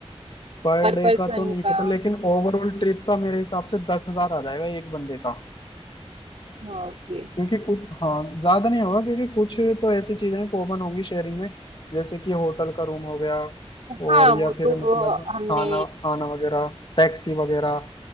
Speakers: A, on the left; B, on the right.
A: पर
B: पर
A: डे
B: पर्सन
A: का तो नहीं
B: का
A: पता लेकिन ओवरऑल ट्रिप का मेरे हिसाब से दस हजार आ जाएगा एक बंदे का
B: हाँ ओके
A: क्योंकि कुछ हाँ ज्यादा नहीं होगा क्योंकि कुछ तो ऐसी चीजें कॉमन होंगी शेयरिंग में जैसे कि होटल का रूम हो गया और
B: हाँ
A: या
B: वो
A: फिर
B: तो
A: मतलब
B: हमने
A: खाना खाना वगैरह टैक्सी वगैरह